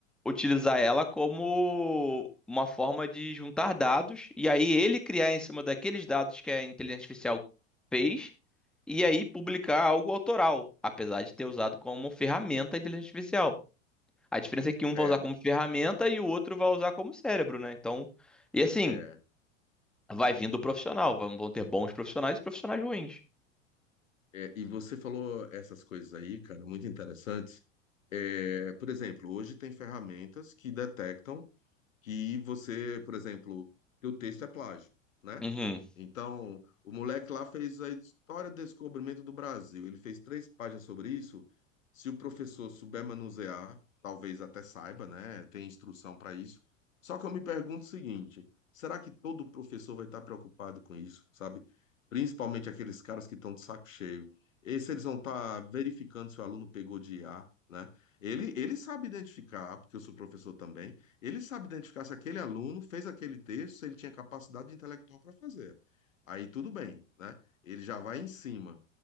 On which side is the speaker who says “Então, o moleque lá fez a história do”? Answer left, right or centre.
Left